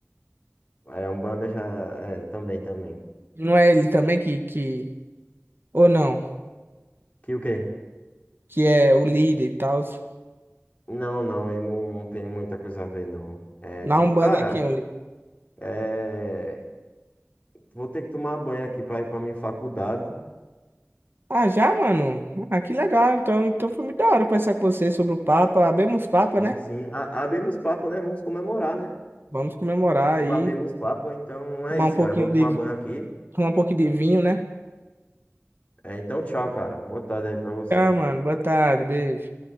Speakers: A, on the left (about 30°); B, on the right (about 50°).
A: É, a Umbanda já é, também, também.
B: Não é ele também que, que, ou não,
A: Que o quê?
B: que é o líder e tal.
A: Não, não, ele não, não tem muita coisa a ver, não. É
B: Na
A: tipo,
B: Umbanda
A: cara.
B: é quem é o líder?
A: É. Vou ter que tomar banho aqui pra ir pra minha faculdade.
B: Ah, já, mano? Ah, que legal. Então, então foi muito da hora conversar com você sobre o Papa. Abemos Papa,
A: E
B: né?
A: sim, a- abemos papo, né? Vamos comemorar, né?
B: Vamos comemorar
A: O
B: aí,
A: abemos papo, então é
B: tomar
A: isso,
B: um pouquinho
A: cara. Vou tomar
B: de, vi-
A: banho aqui.
B: tomar um pouquinho de vinho, né?
A: É, então, tchau, cara. Boa tarde aí pra você.
B: Tá, mano. Boa tarde, beijo.